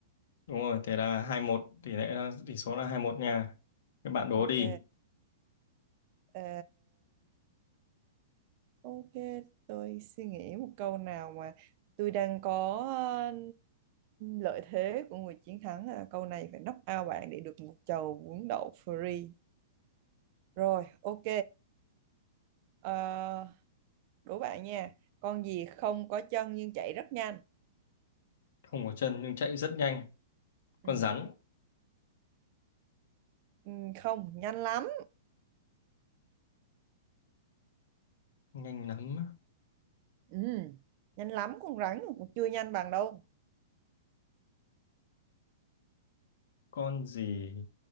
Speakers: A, on the left; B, on the right.
A: đúng rồi thế là hai một tỷ lệ là tỷ số là hai một nha các bạn đố
B: ok
A: đi
B: Ờ, ok tôi suy nghĩ một câu nào mà tôi đang có ờ, lợi thế của người chiến thắng là câu này phải knock out bạn để được một chầu bún đậu free rồi ok Ờ, đố bạn nha con gì không có chân nhưng chạy rất nhanh
A: không có chân nhưng chạy rất nhanh con
B: ừ.
A: rắn
B: Ừ, không nhanh lắm
A: nhanh lắm
B: ừ. nhanh lắm con rắn cũng chưa nhanh bằng đâu
A: con gì